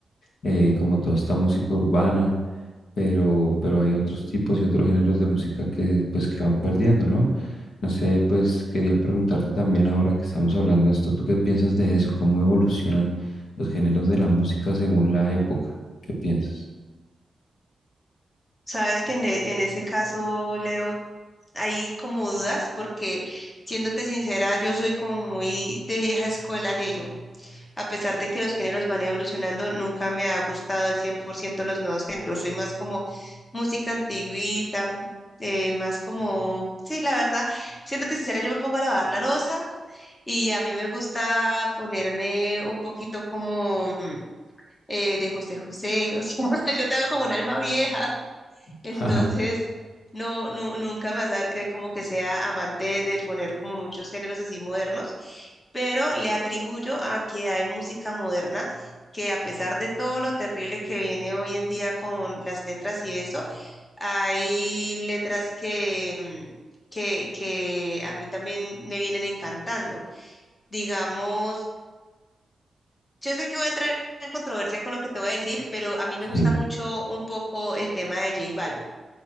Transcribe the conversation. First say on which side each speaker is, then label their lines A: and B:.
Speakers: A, on the left; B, on the left.
A: eh, como toda esta música urbana pero, pero hay otros tipos y otros géneros de música que pues que van perdiendo, ¿no? No sé, pues quería preguntarte también ahora que estamos hablando de esto, ¿tú qué piensas de eso? ¿Cómo evolucionan los géneros de la música según la época? ¿Qué piensas?
B: Sabes que en, e- en ese caso, Leo, hay como dudas porque, siéndote sincera, yo soy como muy de vieja escuela en ello. A pesar de que los géneros van evolucionando, nunca me ha gustado el 100% los nuevos géneros. Soy más como música antigüita, eh, más como, sí, la verdad, siéndote sincera, yo me pongo a lavar la loza y a mí me gusta ponerme un poquito como... eh, de José José, o sea, <laughs> yo tengo como un alma vieja,
A: <laughs>
B: entonces
A: Ajá,
B: no, no, nunca me vas a ver que como que sea amante de poner como muchos géneros así modernos, pero le atribuyo a que hay música moderna que a pesar de todo lo terrible que viene hoy en día con las letras y eso, hay letras que... mm, Que, que a mí también me vienen encantando. Digamos, yo sé que voy a entrar en controversia con lo que te voy a decir, pero a mí
A: sí,
B: me gusta mucho un poco el tema de J Balvin,